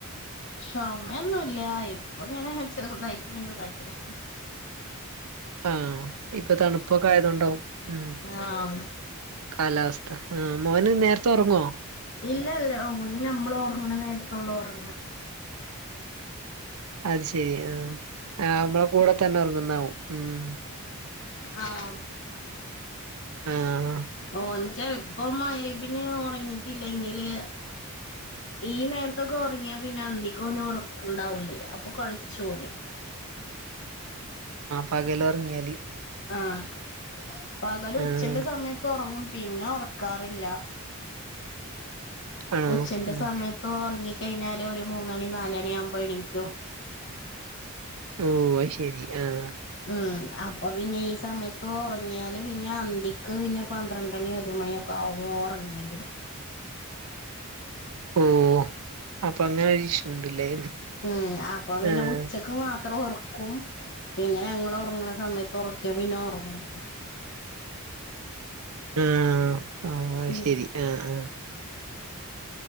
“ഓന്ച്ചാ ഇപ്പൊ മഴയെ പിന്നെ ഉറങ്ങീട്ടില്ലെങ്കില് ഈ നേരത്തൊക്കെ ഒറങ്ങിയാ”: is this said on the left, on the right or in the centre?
Left